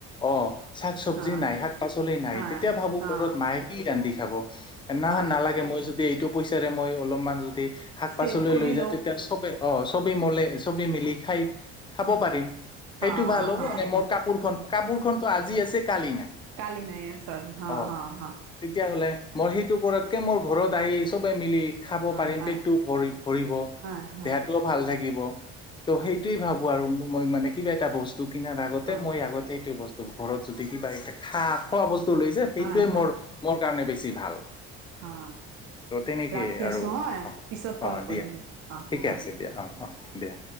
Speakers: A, on the left; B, on the right.
A: অ শাক চবজি
B: হা
A: নাই শাক পাচলি নাই
B: হয়
A: তেতিয়া ভাবো কৰৰত
B: অ
A: মাহে কি কান্ি খাব নয়
B: হয়
A: নালাগে মই যদি এইটো পইচাৰে মই অলপমান শাক
B: ছেভ
A: পাচলি
B: কৰি
A: লৈ যা
B: লওঁ
A: তেতিয়া চবেই অ ছবি মলে ছবি মিলি খাই খাব পাৰিম
B: হা
A: সেইটো ভাল হ'ব
B: হা
A: মানে মোৰ কাপোৰখন কাপোৰ খতো আজি আছে কালি নাই
B: কাল নাই আ চ হা
A: অ',
B: হা হা
A: তেতিয়াহ'লে মই সেইটো পৰতকে মোৰ ঘৰত আহি চবে মিলি খাব
B: হয়
A: পাৰিম
B: হয়
A: পেটটো ভৰি ভৰিব
B: হয় হয়
A: দেহাটোও ভাল থাকিব ত'
B: হয়
A: সেইটোয়ে ভাবো আৰু মই মানে কিবা এটা বস্তু বস্তু কিনাৰ আগতে
B: অ
A: মই আগতে এইটো বস্তু ঘৰত যদি কিবা এটা খা খোৱা বস্তু ল সেইটোোৱে
B: হয়
A: মোৰ মোৰ কাৰণে বেছি ভাল
B: হ
A: ত' তেনেকেই
B: ৰাখি
A: আৰু
B: আছো হা পিছত
A: অ',
B: কল
A: দিয়া
B: কৰিম অ
A: ঠিকে আছে দিয়া অ অ দিয়া